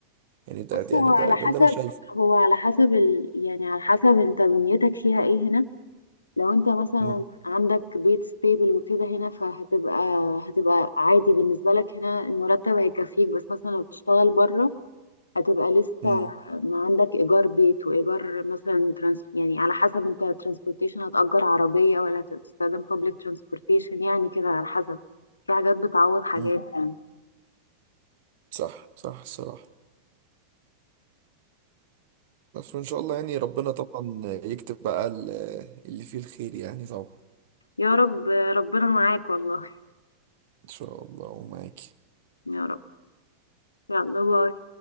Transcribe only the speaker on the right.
يعني ده
يعني ده
ده
اللي انا شايفه
امم
امم
امم.
صح صح الصراحة بس وإن شاء الله يعني ربنا طبعا يكتب بقى ال- اللي فيه الخير يعني طبعا
إن شاء الله ومعاكي